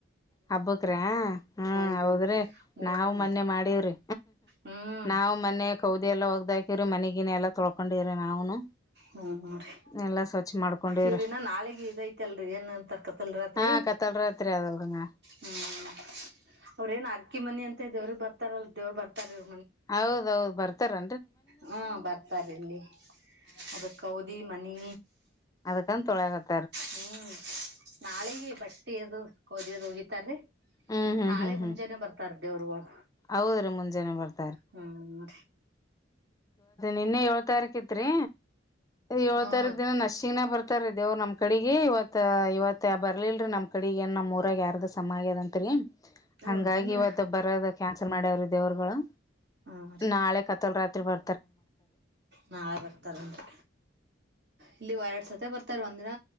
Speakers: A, on the left; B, on the right.
A: ಹಬ್ಬಕ್ರ ಹ್ಮ
B: ಇದು
A: ಹೌದ್ರಿ
B: ಮೋರಂ
A: ನಾವವು್ ಮೊನ್ನೆ ಮಾಡೀವ್ರಿ
B: ಹ್ಮ್
A: ನಾವವು್ ಮೊನ್ನೆ ಕೌದಿ ಎಲ್ಲ ಹೋಗ್ದಾಕವ್ರಿ ಮನಗ್ ಈಗಿನ ಎಲ್ಲ ತೊಳ್ಕೊಂಡವ್ರೆ ನಾವನು
B: ಹ್ಮ್ ನೋಡ್ರಿ
A: ಎಲ್ಲಾ ಸ್ವಚ್ ಮಾಡ್ಕೊಂಡವ್ರಿ
B: ಇವ್ರ ಇನ್ನ ನಾಳೆಗೆ ಇದಐತಲ್ರರಿ ಏನ್ ಅಂತಾರ ಕತ್ತಲ್ ರಾತ್ರಿ
A: ಹಾ ಕತ್ತಲ್ರತ್ರಿ ಅದಲ್ ಹ್ಮ್ಮ್.
B: ಹ್ಮ್ ಅವ್ರೇಏನ್ ಆರ್ಕಿ ಮನಿ ಅಂತ ದೇವ್ರಿಗೆಗ್ ಬರ್ತಾರಲ್ ದೇವ್ರ ಬರ್ತಾರವ
A: ಹೌದೌದು್ ಬರ್ತ ರ
B: ಹ್ಮ ಬರ್ತಾರ ಇಲ್ಲಿ ಅದಕ್ ೌದಿ ಮನಿ
A: ಅದಕ್ಕಾ ತೊಳಗತ್ತೆ
B: ಹ್ಮ್ ನಾಳೆಗೆ ಬಟ್ಟಿ ಅದು ಕೋದಿಯದ ಹೋಗಿತಾರೀ
A: ಹ್ಮ್ ಹ್ಮ್
B: ನಾಳೆ
A: ಹ್ಮ್
B: ಮುಂಜಾನೆ
A: ಹ್ಮ್
B: ಬರ್ತಾರ ದೇವ್ರಗಳು
A: ಹೌದ್ರೀ ಮುಂಜಾನೆ ಬರ್ತಿ
B: ಹ್ಮ್
A: ನಿನ್ನೆ ಏಳ್ ತಾರೀಕ ಇತ್ರಿ ಏಳಳ್
B: ಹ್ಮ
A: ತಾರೀಕ ದಿನ ನಶಿನ ಬರ್ತ ಹತಾರೀ ದೇವ್ ನಮ್ ಕಡೆಗೆ ಇವತ್ ಇವತ್ ಯ ಬರ್ಲಲ್ರಿ ನಮ್ ಕಡೆಗ ಏನ್ ನಮ್ ಊರಾಗ ಯಾರ್ದ ಸಮ ಆ್ಯದಂತರಿ ಹಂಗಾಗಿ
B: ಹೌದೇನ್ರ
A: ಇವತ್ತು ಬರದ ಕ ಮಾಡ್ರ ದೇವರುಗಳು
B: ಹಾ ರೀ
A: ನಾಳೆ ಕತ್ತಲ್ ರಾತ್ರಿ ಬ
B: ನಾಳೆ ಬರ್ತಾರನ್ರಿ ಇಲ್ಲಿ ವಾಡ್ಸತಿ ಬರ್ತಾರ ಒಂದ್ಿನ